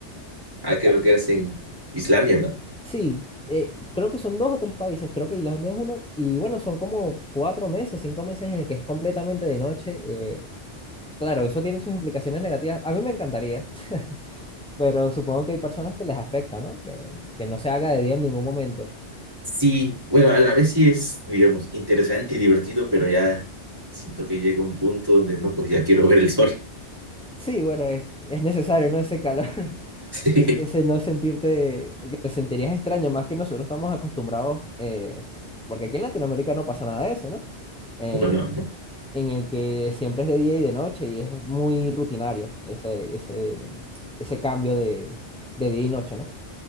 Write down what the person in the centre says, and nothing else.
sea,
Sí, eh, creo que son dos o tres países, creo que Islandia es uno, y bueno, son como cuatro meses, cinco meses en el que es completamente de noche. eh, claro, eso tiene sus implicaciones negativas. A mí me encantaría, <laughs> pero supongo que hay personas que les afecta, ¿no? Que, que no se haga de día en ningún momento.
Sí, bueno, es, es necesario, ¿no? Ese calor, <laughs>
e- ese no sentirte, que te sentirías extraño, más que nosotros estamos acostumbrados, eh, porque aquí en Latinoamérica no pasa nada de eso, ¿no? Eh,
en el que siempre es de día y de noche y es muy rutinario ese, ese, ese cambio de, de día y noche, ¿no?